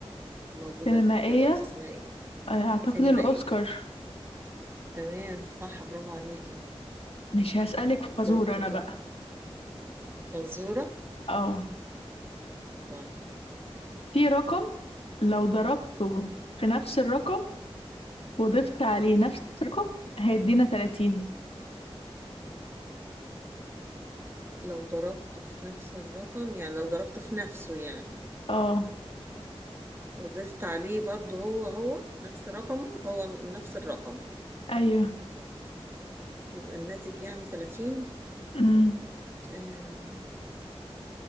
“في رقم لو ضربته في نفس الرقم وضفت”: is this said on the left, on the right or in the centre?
Left